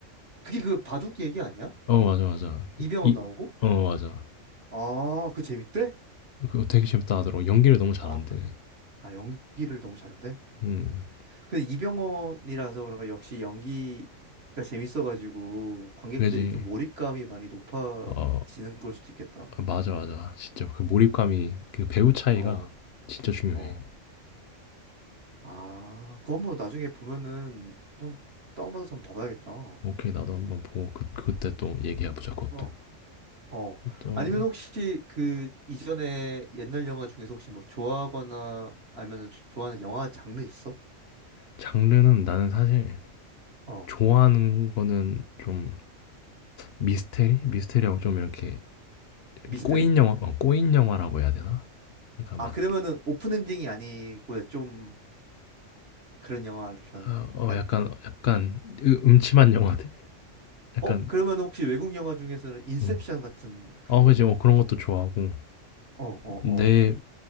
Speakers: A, on the right; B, on the left.
A: 그게 그 바둑 얘기 아니야?
B: 어 맞아, 맞아.
A: 이병헌
B: 이 이
A: 나오고?
B: 어 맞아.
A: 아, 그 재밌대?
B: 그거 되게 재밌다 하더라고. 연기를 너무 잘한대.
A: 아, 그래? 아, 연기를 너무 잘한대?
B: 음.
A: 근데 이병헌이라서 그런가 역시 연기가 재밌어가지고 관객들이
B: 그래야지
A: 좀 몰입감이 많이 높아지는
B: 어
A: 걸 수도 있겠다.
B: 맞아, 맞아. 진짜 그 몰입감이 그 배우 차이가
A: 어,
B: 진짜 중요해.
A: 어. 아, 그거 한번 나중에 보면은 한번 다운받아서 한번 봐봐야겠다.
B: 오케이. 나도 한번 보고 그 그때 또 얘기해 보자 그것도.
A: 어. 어.
B: 또
A: 아니면 혹시 그 이전에 옛날 영화 중에서 혹시 뭐 좋아하거나 아니면 좋아하는 영화 장르 있어?
B: 장르는 나는 사실
A: 어.
B: 좋아하는 거는 좀 미스테리? 미스테리하고 좀 이렇게
A: 미스터리?
B: 꼬인 영화, 어, 꼬인 영화라고 해야 되나? 약간
A: 아,
B: 막,
A: 그러면은 오픈 엔딩이 아니고 좀 그런 영화를 좋아하는
B: 아,
A: 건가?
B: 어,
A: 아,
B: 약간, 약간 음침한 영화들? 약간,
A: 어, 그러면 혹시 외국 영화 중에서는 인셉션
B: 음.
A: 같은 그런
B: 어, 그지,
A: 거?
B: 어, 그런 것도 좋아하고.
A: 어, 어,
B: 내,
A: 어.